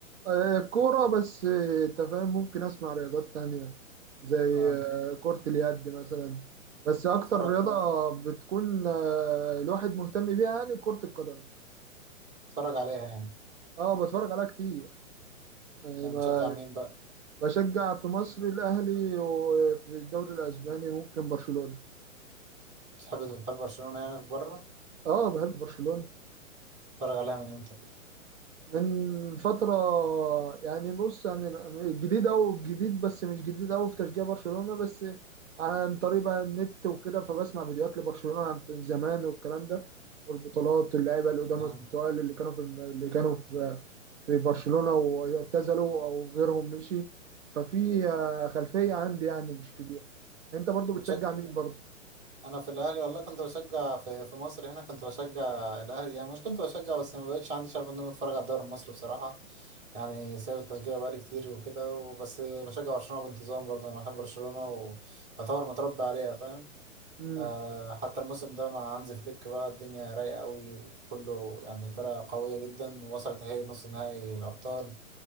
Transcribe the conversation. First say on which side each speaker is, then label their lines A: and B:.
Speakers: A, on the right; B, on the right.
A: آه، كورة بس آه، انت فاهم ممكن اسمع رياضات تانية زي
B: اه
A: آه، كرة اليد مثلا بس اكتر
B: اتفرج
A: رياضة بتكون آه، الواحد مهتم بيها يعني كرة القدم
B: اتفرج عليها يعني
A: اه بتفرج عليها كتير يعني
B: يعني
A: ما-
B: بتشجع مين بقى
A: بشجع في مصر الاهلي وفي الدوري الاسباني ممكن برشلونة
B: بتحب بتحب برشلونة يعني في بره
A: اه بحب برشلونة
B: اتفرج عليها من امتى كده
A: من فترة يعني بص يعني الجديد أو الجديد بس مش جديد أوي في تشجيع برشلونة بس عن طريق بقى النت وكده فبسمع فيديوهات لبرشلونة عن زمان والكلام ده والبطولات واللعيبة القدام
B: اه
A: التقال اللي كانوا في الم- اللي كانوا في في برشلونة واعتزلوا أو غيرهم مشي ففي آه، خلفية عندي يعني مش كبيرة أنت برضو بتشجع
B: بتش-
A: مين برضو؟
B: انا في الاهلي والله كنت بشجع في في مصر هنا كنت بشجع الاهلي يعني مش كنت بشجع بس ما بقتش عندي شغف ان انا اتفرج على الدوري المصري بصراحة يعني سايب التشجيع بقالي كتير وكده وبس بشجع برشلونة بانتظام برضه انا بحب برشلونة ويعتبر متربي عليها فاهم
A: مم.
B: آه، حتى الموسم ده مع هانز فليك بقى الدنيا رايقة قوي وكله يعني الفرقة قوية جدا ووصلت اهي نص نهائي الأبطال